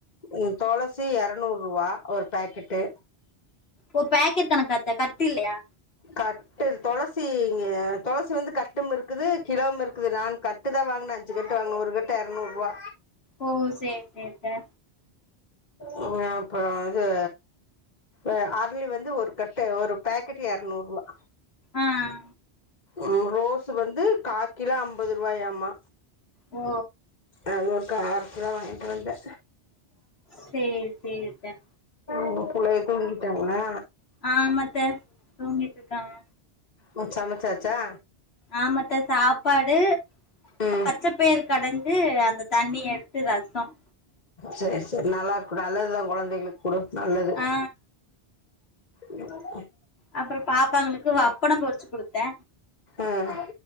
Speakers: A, on the left; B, on the left.
A: உம் துளசி இறநூறுவா ஒரு பேக்கெட்டு
B: ஓ பேக்கெட் கணக்காத்த கட்டு இல்லையா
A: கட்டு துளசி துளசி வந்து கட்டும் இருக்குது கிலோவும் இருக்குது நான் கட்டு தான் வாங்கினேன் அஞ்சு கட்டு அங்க ஒரு கட்டு இரநூறுவா
B: ஓ சேரி சேரி த
A: உஹ் அப்புறம் இது அஹ் அரளி வந்து ஒரு கட்டு ஒரு பேக்கெட் இரநூறுவா
B: ஆஹ்
A: உம் ரோஸ் வந்து காக்கிலோ ஐம்பது ரூவாயாமா
B: ஓ
A: அது ஒரு காக்கிலோ வாங்கிட்டு வந்த
B: சேரி சேரி த
A: உன் புள்ளைய துங்கிட்டாங்களா
B: ஆமாத்த தூங்கிட்டு இருக்காங்க
A: உம் சமச்சாச்சா
B: ஆமாத்த சாப் ப்பாடு
A: ம்
B: பச்ச பயிரு கடைஞ்சு அந்த தண்ணி எடுத்து ரசம்
A: சேரி சேரி நல்லா இருக்கும் நல்லதுதான் குழந்தைகளுக்கு குடு நல்லது
B: ஆ
A: உம்
B: அப்புறம் பாப்பாங்களுக்கு அப்பளம் பொறிச்சு கொடுத்தே
A: ஆஹ்